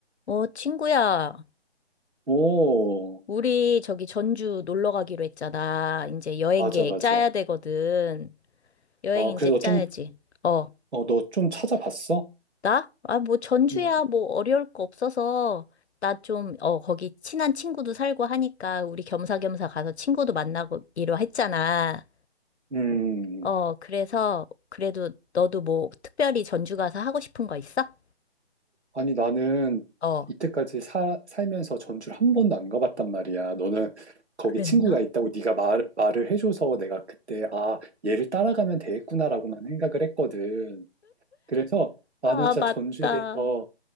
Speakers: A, on the left; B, on the right.
A: 어, 친구야,
B: 오,
A: 우리 저기 전주 놀러 가기로 했잖아. 이제 여행
B: 맞아,
A: 계획
B: 맞아.
A: 짜야 되거든. 여행
B: 아, 그래서
A: 이제 짜야지.
B: 좀,
A: 어,
B: 어, 너 좀 찾아봤어?
A: 나? 아, 뭐 전주야,
B: 음,
A: 뭐 어려울 거 없어서 나 좀, 어, 거기 친한 친구도 살고 하니까 우리 겸사겸사 가서 친구도 만나기로 했잖아.
B: 음.
A: 어, 그래서 그래도 너도 뭐 특별히 전주 가서 하고 싶은 거 있어?
B: 아니, 나는
A: 어,
B: 이때까지 사, 살면서 전주를 한 번도 안 가봤단 말이야. 너는 거기
A: 그랬나?
B: 친구가 있다고 네가 말, 말을 해줘서 내가 그때, 아, 얘를 따라가면 되겠구나라고만 생각을 했거든. 그래서 나는
A: 아,
B: 진짜
A: 맞다.
B: 전주에 대해서